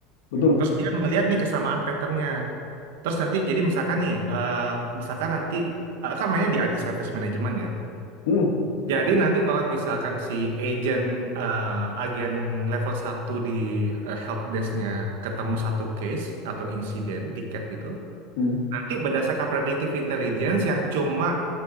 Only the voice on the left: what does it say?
betul.
Hmm.
Hmm.